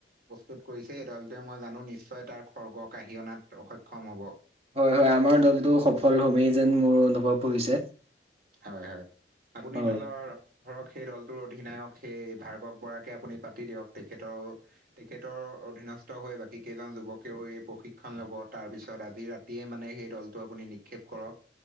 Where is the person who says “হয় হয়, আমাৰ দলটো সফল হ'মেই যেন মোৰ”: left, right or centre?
Right